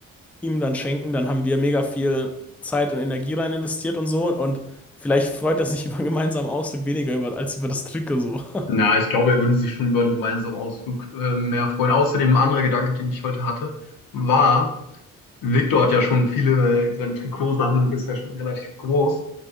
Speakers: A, in the centre; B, on the left.
A: ihm dann schenken, dann haben wir mega viel Zeit und Energie rein investiert und so. Und vielleicht freut er sich <laughs> über einen gemeinsamen Ausflug weniger über, als über das Trikot so. <laughs>
B: Na, ich glaube, er würde sich schon über einen gemeinsamen Ausflug äh, mehr freuen. Außerdem ein anderer Gedanke, den ich heute hatte, war, Victor hat ja schon viele, seine Trikotsammlung ist ja schon relativ groß.